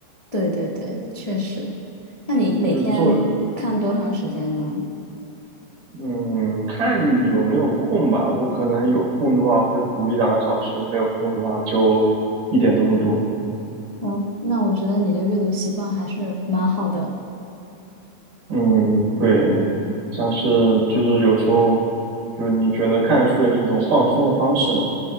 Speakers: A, on the left (about 35°); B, on the right (about 50°).
A: 对对对，确实。那你每天看多长时间呢？
B: 就是做，嗯，看你有没有空吧。我可能有空的话会读一两个小时，没有空的话就一点都不读。
A: 嗯，那我觉得你的阅读习惯还是蛮好的。
B: 嗯，对，像是就是有时候，就是你觉得看书也是一种放松的方式嘛，